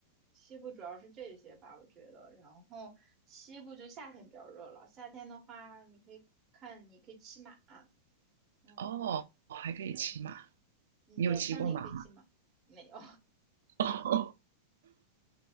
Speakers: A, on the right; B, on the right.
A: 西部主要是这些吧，我觉得。然后西部就夏天比较热了，夏天的话，你可以看，你可以骑马，嗯，
B: 哦，还可以骑马，
A: 对，你在山里可以骑马，
B: 你有骑过马吗？
A: 没有，
B: <laughs> 哦，